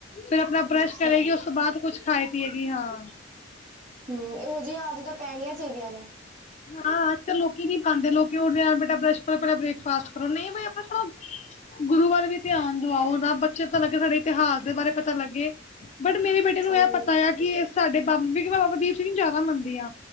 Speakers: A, on the left; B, on the right.
A: ਫੇਰ ਆਪਣਾ ਬਰਸ਼
B: ਅੱਛਾ
A: ਕਰੇਗੀ,
B: ਹਮ
A: ਉਸ ਤੋਂ ਬਾਅਦ ਕੁਛ ਖਾਏ ਪੀਏਗੀ ਹਾਂ।
B: ਹੂੰ ਇਹੋ ਜਿਹੀ ਆਦਤਾਂ ਪੈਣੀਆਂ ਚਾਹੀਦੀਆਂ ਨੇ,
A: ਹਾਂ ਅੱਜ-ਕੱਲ ਲੋਕੀ ਨੀ ਖਾਦੇ ਲੋਕੀ ਉਠ ਦੇ ਆ ਬੇਟਾ ਬਰਸ਼ ਕਰੋ ਪਹਿਲਾ ਬ੍ਰੇਕਫਾਸਟ ਓ ਨਹੀਂ ਬਈ ਆਪੇ ਤੀ, ਗੁਰੂ ਵੱਲ ਵੀ ਧਿਆਨ ਦਵਾਓ ਨਾ, ਬੱਚੇ ਤਾਂ ਲੱਗੇ ਸਾਡੇ ਇਤਿਹਾਸ ਦੇ ਬਾਰੇ ਪਤਾ ਲੱਗੇ ਬਟ ਮੇਰੀ ਬੇਟੀ। ਤੈਨੂੰ
B: ਉਹੀ
A: ਇਹ ਪਤਾ ਆ, ਕਿ ਸਾਡੇ ਬ ਬਾਬਾ ਦੀਪ ਸਿੰਘ ਨੂੰ ਜ਼ਿਆਦਾ ਮੰਨਦੀ ਆ